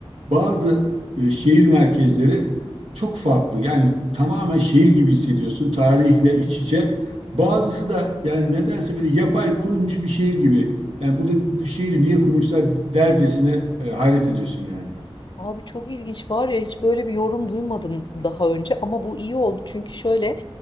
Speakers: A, on the right; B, on the left.
A: Bazı e, şehir merkezleri çok farklı. Yani tamamen şehir gibi hissediyorsun. Tarihle iç içe. Bazısı
B: Hı hı.
A: da yani nedense böyle yapay kurulmuş bir şehir gibi. Yani burada bu şehri niye kurmuşlar dercesine e, hayret ediyorsun yani.
B: Abi çok ilginç var ya hiç böyle bir yorum duymadım daha önce ama bu iyi oldu çünkü şöyle